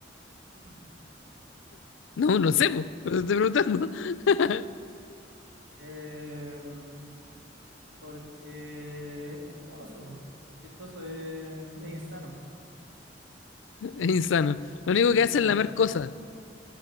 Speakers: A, on the right; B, on the left.
A: <laughs>
B: No, no sé, po. Por eso estoy preguntando. <laughs>
A: Em, Porque es chistoso, po. Chistoso es, es insano,
B: Es insano. Lo único
A: es
B: que hace
A: insano.
B: es lamer cosas.